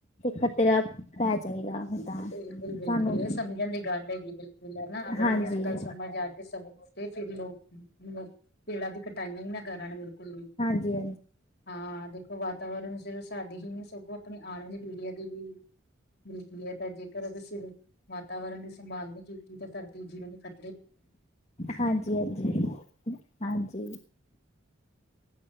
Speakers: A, on the left; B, on the left.
A: ਪੱਤੇ ਦਾ ਪੈ ਜਾਏਗਾ ਹੁੰਦਾ
B: ਬਿਲਕੁਲ ਬਿਲਕੁਲ
A: ਸਾਨੂੰ
B: ਇਹ ਸਮਝਣ ਦੀ ਗੱਲ ਹੈਗੀ ਬਿਲਕੁਲ ਹੈ ਨਾ ਅਗਰ
A: ਹਾਂਜੀ।
B: ਇੰਨੀ ਗੱਲ
A: ਹਾਂਜੀ
B: ਸਮਝ ਆ ਜਾਵੇ ਸਗੋਂ ਤੇ ਫਿਰ ਲੋਕ ਪੇੜਾਂ ਦੀ ਕਟਾਈਆਂ ਹੀ ਨਾ ਕਰਨ ਬਿਲਕੁਲ ਵੀ
A: ਹਾਂਜੀ
B: ਹਾਂ ਦੇਖੋ ਵਾਵਰਨ ਜਦੋਂ ਸਾਡੀ ਹੀ ਨੀ ਸਗੋਂ ਆਪਣੀ ਆਉਣ ਵਾਲੀ ਪੀੜੀਆਂ ਦੀ ਵੀ ਬਿਲ ਹੈ ਤਾਂ ਜੇਕਰ ਅਗ ਸਿਰ ਵਾਤਾਵਰਨ ਦੀ ਸੰਭਾਲ ਨਹੀਂ ਕੀਤੀ ਤਾਂ ਧਰਤੀ ਜੀਵਨ ਦੀ ਖਤ
A: ਹਾਂਜੀ ਹਾਂਜੀ ਹਾਂਜੀ